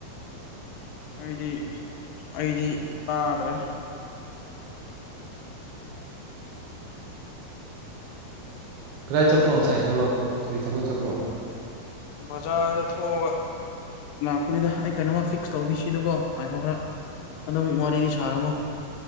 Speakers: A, on the left; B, on the right.
A: ꯑꯩꯗꯤ ꯑꯩꯗꯤ ꯇꯥꯗ꯭ꯔꯦ
B: ꯀꯗꯥꯏ ꯆꯠꯄ꯭ꯔꯣ ꯉꯁꯥꯏ ꯊꯕꯛ ꯀꯔꯤ ꯊꯕꯛ ꯆꯠꯄ꯭ꯔꯣ
A: ꯕꯥꯖꯔꯗ ꯊꯣꯛ ꯑꯒ ꯂꯥꯛꯄꯅꯤꯗ ꯑꯩ ꯀꯩꯅꯣꯃ ꯐꯤꯛꯁ ꯇꯧꯒꯦꯁꯤꯗꯀꯣ ꯉꯥꯏꯈꯣ ꯈꯥꯔ ꯑꯗꯨꯝ ꯋꯥꯔꯤꯗꯤ ꯁꯥꯔꯝꯃꯣ